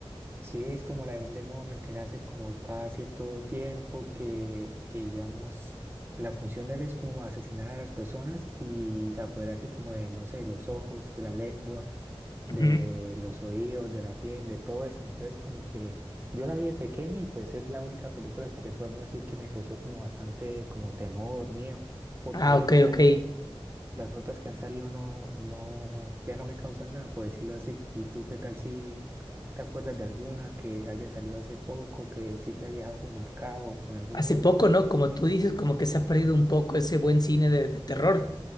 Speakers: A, on the right; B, on the left.
A: Sí, es como la de un demonio que nace como cada cierto tiempo, que, que digamos, la función de él es como asesinar a las personas y apoderarse como de, no sé, los ojos, de la lengua de
B: Ujú.
A: los oídos, de la piel, de todo eso. Entonces, como que yo la vi de pequeño y pues es la única película que recuerdo así que me causó como bastante como temor, miedo, porque
B: Ah,
A: ahí
B: ok,
A: en adelante
B: ok.
A: las otras que han salido no, no, ya no me causan nada, por decirlo así. ¿Y tú qué tal si te acuerdas de alguna que haya salido hace poco, que sí te haya dejado como marcado con algún
B: Hace
A: miedo?
B: poco, ¿no? Como tú dices, como que se ha perdido un poco ese buen cine de de terror.